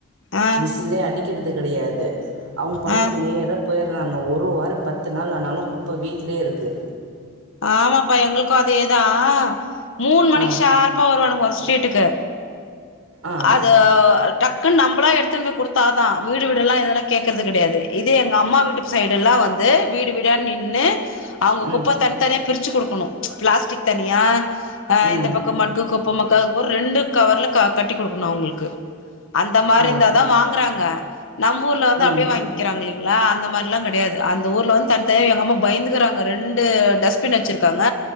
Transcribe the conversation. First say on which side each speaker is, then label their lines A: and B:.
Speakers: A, on the left; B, on the right.
A: ஆ
B: விசிலே அடிக்கிறது. இது கிடையாது. அவங்க பாட்டுக்
A: ஆ
B: நேரா போய்றாங்க ஒரு வாட். தம் பத்து நாள் ஆனாலும் குப்ப வீட்லயே இருக்கு.
A: ஆமாப்பா எங்களுக்கும் அதேதா. மூண் மணிக்
B: ஆ
A: ஷார்ப்பா வருவானுங். மோர் ஸ்டிட்டுக்கு
B: ஆ
A: அதோவ் ல் டக்குன் நம்பளா எடுத்துன் போய் குடுத்தாதான் வீடு வீடல்லம் இதல்லாம் கேக்கறது கிடையாது. இத எங்க அம்மா வீட்டு சைடு எல்லா வந் து வீடு வீட நின்னு அவங்க
B: ம்
A: குப்பத்தன் பிரிச்சி குடுக்கணும் பிளாஸ்டிக் தனியா அஹ
B: ம்
A: இந்த பக்கம் மட்டு குப்ப மக்கவ் ஒர் ரெண்டு கவர்ல க கட்டி கொடுக்கணு அவங்களுக்கு அந்த மாரி
B: ஆ
A: இந்தா தா வாங்கறாங்க. நம்ப் ஊருல வந்து
B: ம்
A: அப்டியே வாங்கிறாங்களே லா அந்த மாரிலா கிடையாது அந்த ஊர்ல வந்து தன் த எங்க அம்மா பய்ந்துகறாங்க ரெண்டு டஸ்ட். பின் வச்சிருக்காங்க.